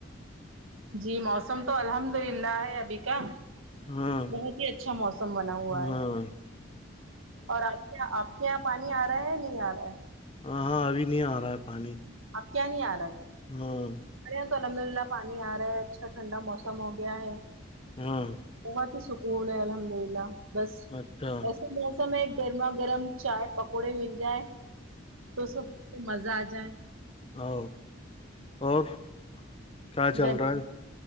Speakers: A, on the right (about 85°); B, on the left (about 25°).
A: جی موسم تو الحمد للہ ہے ابھی کا
B: ہاں
A: بہت ہی اچھا موسم بنا ہوا ہے
B: ہاں
A: اور آج کیا آپ کے یہاں پانی آ رہا ہے یا نہیں آ رہا ہے
B: ہاں ہاں ابھی نہیں آ رہا ہے پانی
A: اب کیا نہیں آ رہا کیا
B: ہوں <inaudible>
A: ہمارے یہاں تو الحمد للہ پانی آ رہا ہے اچھا ٹھنڈا موسم ہو گیا ہے
B: ہوں <inaudible>
A: بہت ہی سکون ہے الحمد للہ بس
B: اچھا <inaudible>
A: ایسے موسم ہے گرما گرم چائے پکوڑے من جائ تو س مزہ آ جائے
B: ا اور کیا چل
A: گر
B: رہا ہے